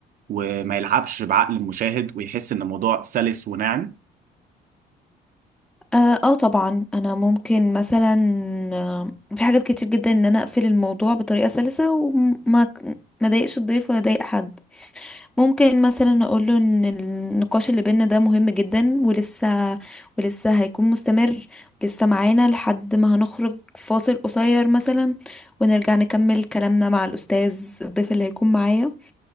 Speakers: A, on the right (about 55°); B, in the centre.
A: وما يلعبش بعقل المشاهد ويحس ان الموضوع سلس وناعم
B: اه آه طبعا انا ممكن مثلا آه، في حاجات كتير جدا ان انا اقفل الموضوع بطريقه سلسه وما ما اضايقش الضيف ولا اضايق حد ممكن مثلا اقول له ان النقاش اللي بينا ده مهم جدا ولسه ولسه هيكون مستمر لسه معانا لحد ما هنخرج فاصل قصير مثلا ونرجع نكمل كلامنا مع الاستاذ الضيف اللي هيكون معايا